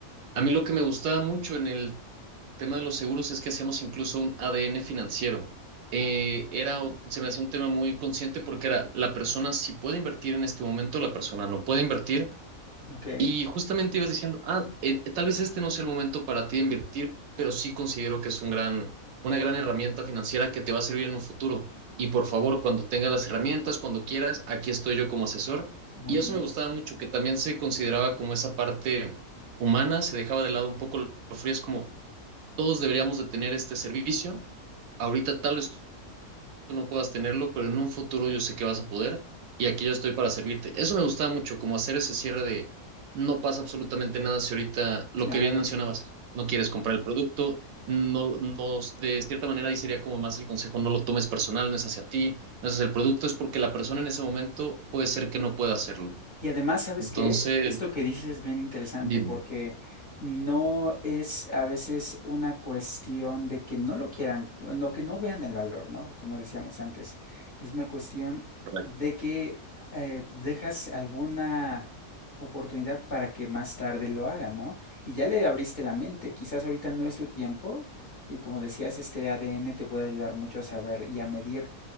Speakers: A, on the right; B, on the left.
A: a mí lo que me gustaba mucho en el tema de los seguros es que hacíamos incluso un ADN financiero. Eh,
B: Ah,
A: era, se me hacía un tema muy consciente porque era la persona si puede invertir en este momento, la persona no puede invertir
B: ok,
A: y justamente ibas diciendo, ah, eh, tal vez este no sea el momento para ti de invertir, pero sí considero que es un gran, una gran herramienta financiera que te va a servir en un futuro. Y por favor, cuando tengas las herramientas, cuando quieras, aquí estoy yo como asesor.
B: muy
A: Y
B: bien,
A: eso me gustaba mucho, que también se consideraba como esa parte humana, se dejaba de lado un poco lo frío, es como todos deberíamos de tener este servicio. Ahorita tal vez tú no puedas tenerlo, pero en un futuro yo sé que vas a poder y aquí yo estoy para servirte. Eso me gustaba mucho, como hacer ese cierre de no pasa absolutamente nada si ahorita lo
B: claro.
A: que bien mencionabas, no quieres comprar el producto, no, no, de cierta manera ahí sería como más el consejo, no lo tomes personal, no es hacia ti, no es hacia el producto, es porque la persona en ese momento puede ser que no pueda hacerlo.
B: Y además, ¿sabes
A: Entonces,
B: qué? Esto que dices es bien interesante
A: dime.
B: porque no es a veces una cuestión de que no lo quieran, bueno, o que no vean el valor, ¿no? Como decíamos antes, es una cuestión
A: Correcto.
B: de que eh, dejas alguna oportunidad para que más tarde lo hagan, ¿no? Y ya le abriste la mente, quizás ahorita no es su tiempo y como decías, este ADN te puede ayudar mucho a saber y a medir